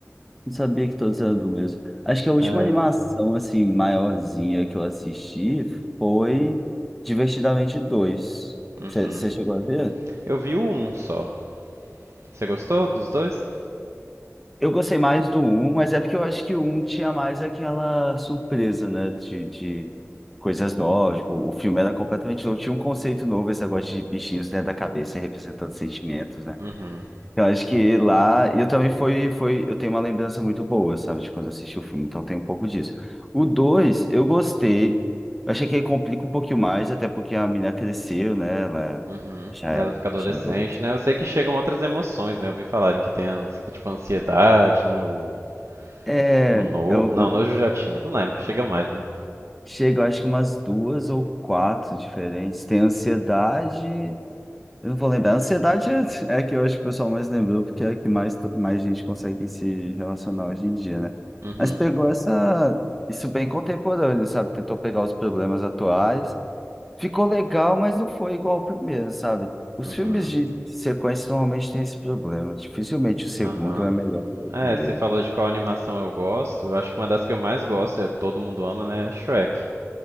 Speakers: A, in the centre; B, on the right.
A: Não sabia que todos eram do mesmo. Acho que a última
B: é,
A: animação, assim, maiorzinha que eu assisti foi Divertidamente dois
B: uhum.
A: você chegou a ver?
B: Eu vi um só. Você gostou dos dois?
A: Eu gostei mais do um, mas é porque eu acho que o um tinha mais aquela surpresa, né? De, de coisas novas. Tipo, o filme era completamente novo, tinha um conceito novo, esse negócio de bichinhos dentro da cabeça representando sentimentos, né?
B: Uhum.
A: Eu acho que lá. E eu também foi, foi. Eu tenho uma lembrança muito boa, sabe? De quando eu assisti o filme, então tem um pouco disso. O 2 eu gostei. Eu achei que ele complica um pouquinho mais, até porque a menina cresceu, né? Ela
B: Uhum.
A: já é,
B: Ela fica adolescente,
A: já é adulta.
B: né? Eu sei que chegam outras emoções, né? Eu vi falarem que tem, ans- tipo, ansiedade, né? O,
A: É,
B: o no...
A: eu,
B: Não, nojo já tinha, não lembro. Chegam mais, né?
A: Chega, eu acho que umas duas ou quatro diferentes. Tem ansiedade. Eu não vou lembrar. Ansiedade é é a que eu acho que o pessoal mais lembrou, porque é a que mais, mais gente consegue se relacionar hoje em dia, né?
B: Uhum.
A: Mas pegou essa, isso bem contemporâneo, sabe? Tentou pegar os problemas atuais. Ficou legal, mas não foi igual ao primeiro, sabe? Os
B: Uhum.
A: filmes de sequência normalmente têm esse problema. Dificilmente o segundo
B: Aham.
A: é melhor do que o
B: É,
A: primeiro.
B: você falou de qual animação eu gosto. Eu acho que uma das que eu mais gosto, e todo mundo ama, né, é Shrek.